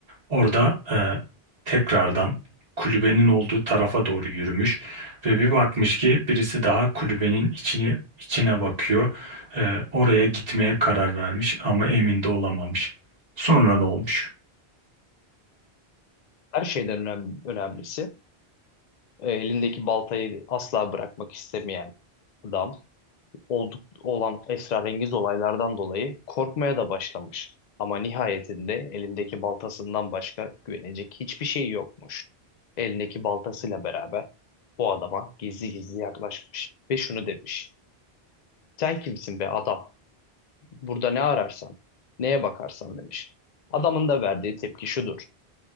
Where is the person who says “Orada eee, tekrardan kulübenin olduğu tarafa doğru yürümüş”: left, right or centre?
Right